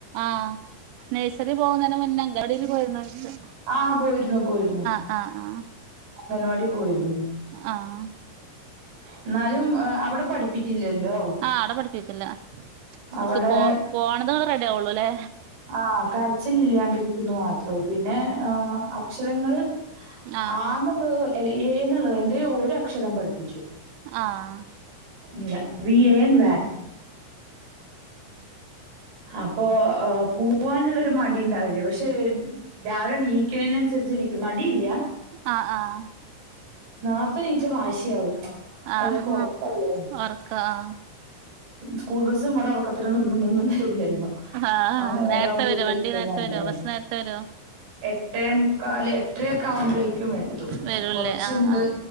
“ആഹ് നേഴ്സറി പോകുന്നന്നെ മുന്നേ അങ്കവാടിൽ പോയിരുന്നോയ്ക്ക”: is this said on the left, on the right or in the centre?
Right